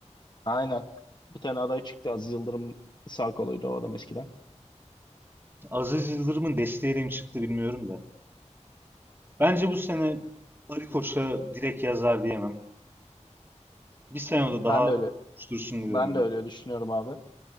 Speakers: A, on the left; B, on the right.
A: Aynen. Bir tane aday çıktı. Aziz Yıldırım sağ koluydu o adam eskiden.
B: Aziz Yıldırım'ın desteğiyle mi çıktı bilmiyorum da. Bence bu sene Ali Koç'a direkt yazar diyemem. Bir sene de daha
A: Ben de öyle
B: dursun diyorum
A: ben de
B: ben.
A: öyle düşünüyorum abi.